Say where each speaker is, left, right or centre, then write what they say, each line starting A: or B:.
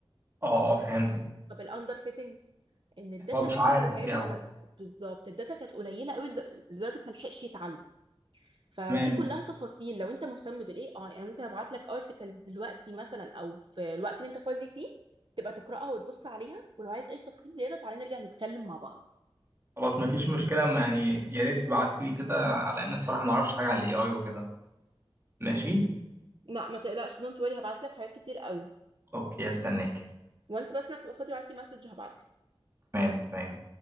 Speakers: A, on the right; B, on the right.
A: اه اه فهمتك
B: طب الاندر فيتنج ان الداتا
A: هو مش
B: اللي انت
A: عارف
B: اديتها
A: يجاوب
B: له كانت بالظبط الداتا كانت قليله قوي لد- لدرجه ما لحقش يتعلم فدي
A: تمام
B: كلها تفاصيل لو انت مهتم بالاي اي انا ممكن ابعت لك ارتكلز دلوقتي مثلا او في الوقت اللي انت فاضي فيه تبقى تقراها وتبص عليها ولو عايز اي تفاصيل زياده تعالى نرجع نتكلم مع بعض
A: خلاص مفيش مشكلة يعني يا ريت تبعت لي كده على ان الصراحة ما اعرفش حاجة عن الاي اي وكده ماشي
B: لا ما تقلقش دونت وري هبعت لك حاجات كتير قوي
A: اوكي هستناك
B: وانس بس انك تبقى فاضي ابعت لي مسج هبعت
A: تمام تمام